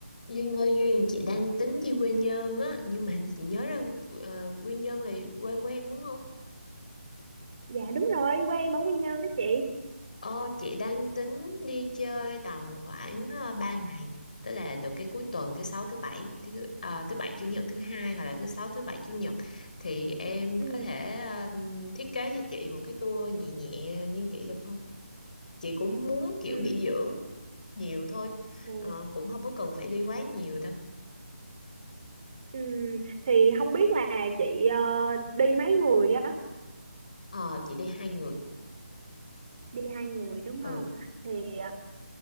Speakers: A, on the left (about 40°); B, on the right (about 35°).
A: Duyên ơi Duyên chị đang tính đi quê Nhơn á nhưng mà hình như chị nhớ ra ờ, quê Nhơn là quê của em đúng không?
B: dạ đúng rồi quê em ở Quy Nhơn đó chị
A: Ờ chị đang tính đi chơi tầm khoảng uh, ba ngày tức là được cái cuối tuần thứ sáu thứ bảy thứ ờ, thứ bảy chủ nhật thứ hai hoặc là thứ sáu thứ bảy chủ nhật thì em
B: ừ
A: có thể ờ, thiết kế cho chị một cái tour nhẹ nhẹ như vậy được không? Chị cũng muốn kiểu
B: ừ
A: nghỉ dưỡng nhiều thôi
B: Ừ.
A: Ờ, cũng không có cần phải đi quá nhiều đâu.
B: ừ thì không biết là chị ờ, đi mấy người á
A: Ờ chị đi hai người.
B: đi hai người đúng
A: Ừ.
B: không thì ờ,